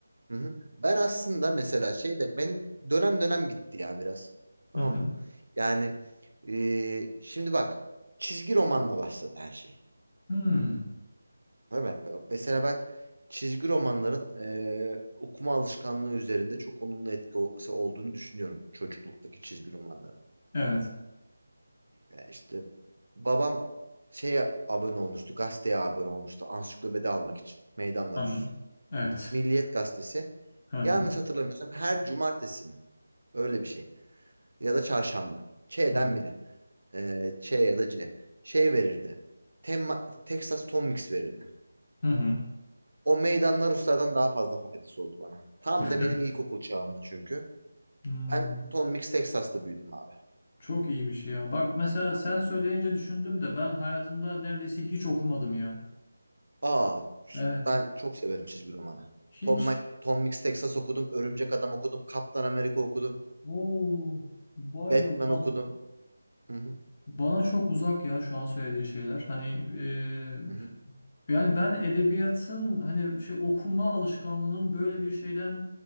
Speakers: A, on the right (about 65°); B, on the left (about 30°).
A: Hı hı. Ben aslında mesela şey de benim dönem dönem gitti ya biraz. Tamam
B: Hı hı.
A: mı? Yani eee, şimdi bak çizgi romanla başladı her şey.
B: Hmm,
A: Değil mi? Mesela ben çizgi romanların eee, okuma alışkanlığı üzerinde çok olumlu etkisi olduğunu düşünüyorum çocukluktaki çizgi romanların.
B: evet.
A: Ya işte babam şeye abone olmuştu, gazeteye abone olmuştu ansiklopedi almak için. Meydanlar
B: Hı
A: Rus.
B: hı. Evet.
A: Milliyet gazetesi.
B: Hı hı.
A: Yanlış hatırlamıyorsam her cumartesi mi? Öyle bir şey. Ya da çarşamba. Ç'den
B: Hı
A: biri. Ee, Ç ya da C. Şey verirdi. Temma, Texas Tom Mix verirdi.
B: hı. hı.
A: O meydanlar Ruslardan daha fazla faydası oldu bana. Tam
B: <laughs>
A: da benim ilkokul çağımdı çünkü.
B: Hmm,
A: Ben Tom Mix Texas'ta büyüdüm abi.
B: çok iyiymiş ya. Bak mesela sen söyleyince düşündüm de ben hayatımda neredeyse hiç okumadım ya.
A: Aa,
B: Evet.
A: ben çok severim çizgi romanı.
B: Hiç
A: Tom, Mac- Tom Mix Texas okudum, Örümcek Adam okudum, Kaptan Amerika okudum,
B: Oo, var
A: Batman
B: ya ba-
A: okudum. Hı hı,
B: bana çok uzak ya şu an söylediğin şeyler. Hani eee,
A: hı hı.
B: yani ben edebiyatın hani şey okuma alışkanlığının böyle bir şeyden